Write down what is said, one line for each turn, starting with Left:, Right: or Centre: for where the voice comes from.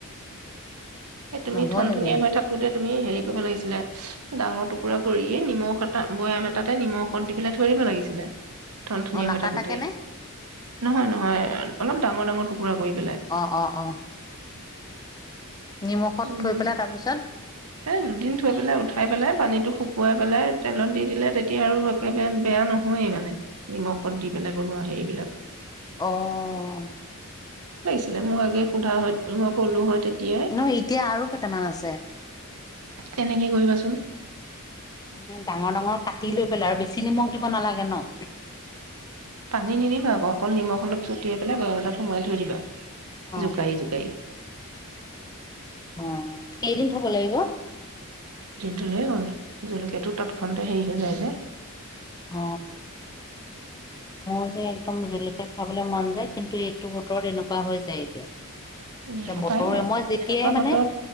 Right: অ' তুমি
Left: নহ'লেগে
Right: ধন ধনীয়া হৈ থাকোতে তুমি হেৰি কৰিব লাগিছিলে ডাঙৰ পুৰা কৰিয় নিমখ এটা বৈয়াম এটাতে নিমখ দি পেলাই থৈ দিব লাগিছিলে। ধন ধুনীয়া
Left: অ
Right: হৈ
Left: নাকাটাকে
Right: থাকো দেই
Left: নে
Right: নহয় নহয় অলপ ডাঙৰ ডাঙৰ টুকুৰা কৰি পেলাই
Left: অ অ অ নিমখত
Right: উম,
Left: থৈ পেলাই তাৰপিছত
Right: দুদিন থৈ পেলাই উঠাই পেলাই পানীটো শুকুৱাই পেলাই তেলত দি দিলে তেতিয়া আৰু একেবাৰে বেয়া নহয়ে মানে, নিমখত দি পেলাই বনোৱা হেৰিবিলাক
Left: অ'
Right: ছিল মোক আগে সোধা হয়, মই ক'লো হয়, তেত <unintelligible>
Left: নহয় এতিয়া আৰু কেইটামান আছে
Right: কেনেকে কৰিবাচোন।
Left: মানে ডাঙৰ, ডাঙৰ কাটি লৈ পেলাই আৰু বেছি নিমখ দিব নালাগে ন?
Right: পানী নিদিবা আকৌ অকল নিমখ অলপ চটিয়াই পেলাই বৈয়াম এটাত সুমুৱাই থৈ দিবা।
Left: অ
Right: জোকায়ি, জোকায়ি।
Left: অ', কেইদিন থ'ব লাগিব?
Right: থ'লেই হ'ল, জলকীয়াটো তৎক্ষণতে হেৰি হৈ যায় যে।
Left: হ মোৰ যে, একদম জলকীয়া খাবলৈ মন যায় কিন্তু এইটো বতৰত এনেকুৱা হৈ যায়গে।
Right: উম উপায়
Left: বতৰে
Right: নাই
Left: মই যেতিয়াই
Right: এনেকুৱা
Left: মানে
Right: বতৰত